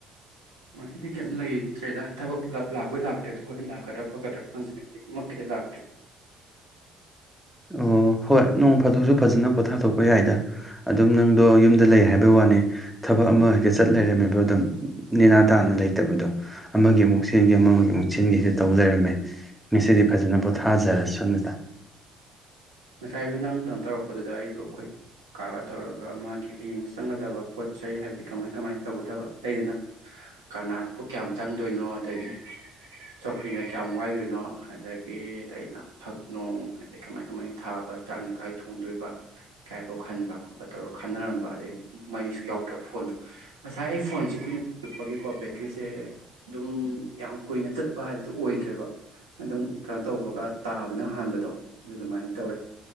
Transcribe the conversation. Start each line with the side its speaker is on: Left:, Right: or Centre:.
Right: ꯉꯁꯤꯗꯤ ꯀꯔꯤꯝꯇ ꯂꯩꯇ꯭ꯔꯦꯗ ꯊꯕꯛ ꯂꯥꯛꯄꯩ ꯂꯥꯛꯇ꯭ꯔꯦ ꯑꯗꯣ ꯍꯣꯔꯦꯟ ꯂꯥꯛꯀꯗ꯭ꯔꯥ ꯈꯣꯠꯀꯗ꯭ꯔꯥ ꯈꯪꯗꯅꯤ ꯍꯧꯖꯤꯛꯃꯛꯀꯤꯗꯤ ꯂꯥꯛꯇ꯭ꯔꯤ
Centre: ꯑꯣ ꯍꯣꯏ ꯅꯣꯡ ꯐꯥꯗꯣꯛꯁꯨ ꯐꯖꯅ ꯄꯣꯊꯥꯊꯣꯛꯄ ꯌꯥꯏꯗ ꯑꯗꯨꯝ ꯅꯪꯗꯣ ꯌꯨꯝꯗ ꯂꯩ ꯍꯥꯏꯕꯩ ꯋꯥꯅꯤ ꯊꯕꯛ ꯑꯃ ꯍꯦꯛꯇ ꯆꯠ ꯂꯩꯔꯝꯃꯦꯕ ꯑꯗꯨꯝ ꯅꯦꯅꯥ ꯇꯥꯅ ꯂꯩꯇꯕꯗꯣ ꯑꯃꯒꯤ ꯑꯃꯨꯛ ꯆꯦꯟꯒꯦ ꯑꯃꯒꯤ ꯑꯃꯨꯛ ꯆꯦꯟꯒꯦꯁ ꯇꯧ ꯂꯩꯔꯝꯃꯦ ꯉꯁꯤꯗꯤ ꯐꯖꯅ ꯄꯣꯊꯥꯖꯔꯁꯅꯨꯗ
Right: ꯉꯁꯥꯏꯁꯨ ꯅꯪ ꯀꯩꯅꯣ ꯇꯧꯔꯛꯄꯗꯨꯗ ꯑꯩꯗꯣ ꯑꯩꯈꯣꯏ ꯀꯀꯥꯒ ꯇꯧꯔꯒ ꯃꯥꯒꯤ ꯍꯌꯦꯡ ꯆꯪꯒꯗꯕ ꯄꯣꯠ ꯆꯩ ꯍꯥꯏꯕꯗꯤ ꯀꯃꯥꯏ ꯀꯃꯥꯏ ꯇꯧꯒꯗꯕ ꯂꯩꯗꯅ ꯀꯔꯅꯥꯠꯄꯨ ꯀꯌꯥꯝ ꯆꯪꯗꯣꯏꯅꯣ ꯑꯗꯒꯤ ꯆꯧꯀ꯭ꯔꯤꯅ ꯀꯌꯥꯝ ꯋꯥꯏꯗꯣꯏꯅꯣ ꯑꯗꯒꯤ ꯑꯇꯩꯅ ꯐꯛ ꯅꯨꯡ ꯑꯗꯩ ꯀꯃꯥꯏ ꯀꯃꯥꯏꯅ ꯊꯥꯕ ꯆꯥꯛꯅ ꯀꯥꯏ ꯊꯣꯡꯗꯣꯏꯕ ꯏꯀꯥꯏꯐꯥꯎ ꯈꯟꯕ ꯈꯣꯠꯄ ꯇꯧꯔ ꯈꯟꯅꯔꯝꯕ ꯑꯗꯩ ꯃꯩꯁꯨ ꯌꯥꯎꯗ꯭ꯔꯕ ꯐꯣꯟꯗꯣ ꯉꯁꯥꯏ ꯑꯩ ꯐꯣꯟꯁꯦ ꯀꯨꯏꯅ ꯆꯛꯄꯒꯤꯀꯣ ꯕꯦꯇ꯭ꯔꯤꯁꯦ ꯑꯗꯨꯝ ꯌꯥꯝ ꯀꯨꯏꯅ ꯆꯠꯄ ꯍꯥꯏꯕꯗꯨꯣ ꯑꯣꯏꯗ꯭ꯔꯦꯕ ꯑꯗꯨꯝ ꯀꯩꯅꯣ ꯇꯧꯕꯒ ꯇꯥꯕꯅ ꯍꯥꯟꯕꯗꯣ ꯑꯗꯨ ꯑꯗꯨꯃꯥꯏꯅ ꯇꯧꯔꯦ